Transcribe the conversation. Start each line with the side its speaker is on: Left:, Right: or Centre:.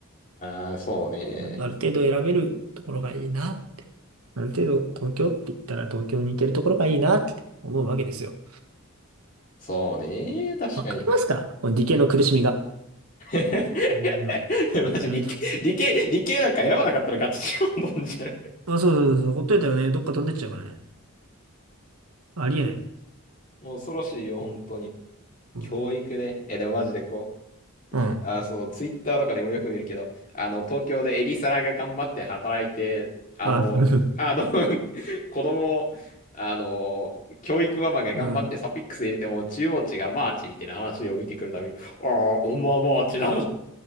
Left: な。<laughs> ああ、そうね。
Right: ある程度選べるところがいいな。ある程度東京って言ったら東京に行けるところがいいなって思うわけですよ。
Left: そうね。確かに。
Right: わかりますかこの理系の苦しみが。
Left: <laughs>
Right: うん。
Left: マジ理系、
Right: あ
Left: 理系、理系なんか選ばなかったらガチチロンボンじゃん。
Right: そうそうそう、ほっといたらね、どっか飛んでっちゃうからね。ありえない。
Left: もう恐ろしいよ、本当に。
Right: うん。
Left: 教育ね。え、でもマジでこ
Right: うん。
Left: う。あ、そのツイッターとかでもよく見るけど、あの、東京でエリサラが頑張って働いて、あの、
Right: あ <laughs>
Left: あの <laughs> 子供を、あの、教育ママが頑張ってサピックス入れても中央値がマーチみたいな話を見てくるために、
Right: うん。
Left: ああ、おまマーチだな、